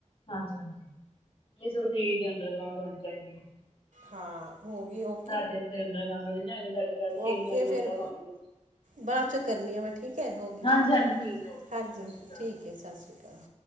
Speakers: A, on the left; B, on the right.
A: ਹਾਂਜੀ-ਹਾਂਜੀ ਨਹੀਂ ਸਗੋ ਠੀਕ ਹੈ ਅੰਡਰਗਰਾਊਂਡ ਹੋਣੀ ਚਾਹੀਦੀ ਹੈ।
B: ਹਾਂ ਹੋ ਗਈ ਉਹ
A: ਸਾਡੇ ਇਥੇੰ ਅੰਡਰਗਰਾਉਂਡ ਵਾਲੀ ਨਹੀ ਹੈਗੀ ਸਾਡੇ ਇਥੇ ਤਿੰਨ
B: ਓਕੇ
A: ਵਾਰੀ
B: ਫਿਰ
A: ਆਂਦਾ ਪਾਣੀ ਦਿਨ 'ਚ
B: ਬਾਅਦ ਚੋਂ ਕਰਨੀ ਆ ਮੈਂ ਠੀਕ ਹੈ ਹੋ ਗਈ।
A: ਹਾਂਜੀ ਹਾਂਜੀ ਠੀਕ ਹੈ ਓਕੇ
B: ਹਾਂਜੀ
A: ਸਤਿ ਸ਼੍ਰੀ ਅਕਾਲ
B: ਠੀਕ ਹੈ ਸਤਿ ਸ਼੍ਰੀ ਅਕਾਲ।